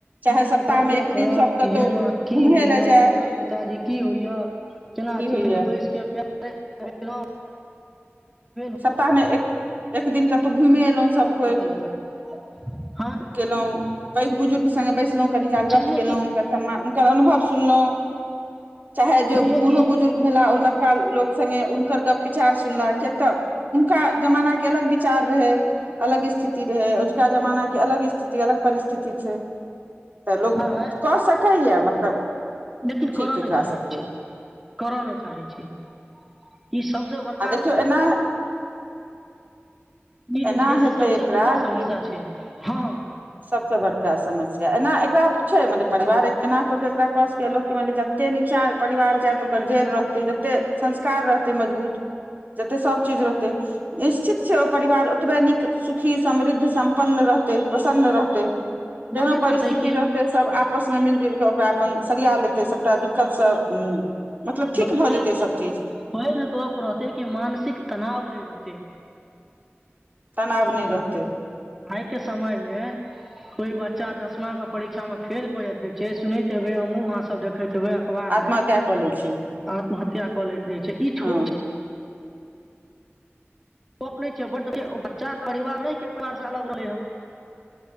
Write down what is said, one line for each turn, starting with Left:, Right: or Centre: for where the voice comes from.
Right: चाहे
Centre: दू लाइन
Right: सप्ताह
Centre: गपे
Right: मे एक
Centre: करब
Right: दिन सब कतहु
Centre: कि यै माँ की
Right: घुमहे
Centre: होइया
Right: लए जायब
Centre: यै पिताजी की होइय केना
Right: की
Centre: छी
Right: होइया
Centre: कनी बैसक पै <unintelligible>
Right: सप्ताहमे एक एक दिन कतहु घुमे एलौं सब कोय
Centre: तहन हँ
Right: केलौं पैघ बुजुर्ग सङ्गे बैसलौं कनि काल
Centre: छैहे
Right: गप्प केलौं
Centre: की
Right: हुनक सम्मान हुनकर अनुभव सुनलौं चाहे जो
Centre: छैहे
Right: बूढ़ो
Centre: की
Right: बुजुर्ग भेला ओ नव लोक संगे उनकर गप विचार सुनलाह कियकत उनका जमानाके अलग विचार रहै। अलग स्थिति रहै अजुका जमानाके अलग स्थिति अलग परिस्थिति छै। तऽ लोक
Centre: हँ
Right: कऽ सकैया मतलब
Centre: लेकिन
Right: ठीक
Centre: करऽ
Right: एकरा
Centre: नै चाहै
Right: सबके
Centre: छै करय नै चाहै छै ई सबसे बड़का
Right: आ देखियौ एना
Centre: ई
Right: एना
Centre: जे छै से
Right: हेतै
Centre: सबसे
Right: एकरा
Centre: बड़का समस्या
Right: कि
Centre: छै हँ
Right: सबसँ बड़का समस्या एना एकरा छै मतलब परिवार एना कऽ कऽ एकरा कऽ सकया लोक मानि लिय जते नीचाँ परिवार जायत ओकर जड़ि रहतै जतेक संस्कार रहतै मजबूत जते सब चीज रहतै निश्चित छै ओ परिवार ओतबए नीक सुखी, समृद्ध, सम्पन्न, रहतै प्रसन्न रहतै केहनो
Centre: नबे
Right: परिस्थिति
Centre: करतै की
Right: रहतय स सब आपसमे मिल जुलि कऽ ओकरा अपन सरिया लेतै सबटा दिक्कतसँ सब उम मतलब ठीक
Centre: सबसे
Right: भऽ जेतै सब चीज।
Centre: पैघ गप रहतै कि मानसिक तनाव नै रहतै।
Right: तनाव नै रहतै
Centre: आइ के समय मे कोइ बच्चा दसमा के परीक्षा मे फेल कऽ जाइत रहै छै सुनैत हेबे हमहूँ आहाँ सब सब देखैत हेबे अखबार
Right: आत्महत्या
Centre: मे
Right: कऽ लै छै
Centre: आत्महत्या कऽ लैत रहै छै ई छोट
Right: हँ
Centre: गप नहि छै बच्चा परिवार <unintelligible> परिवार अलग रहलै हन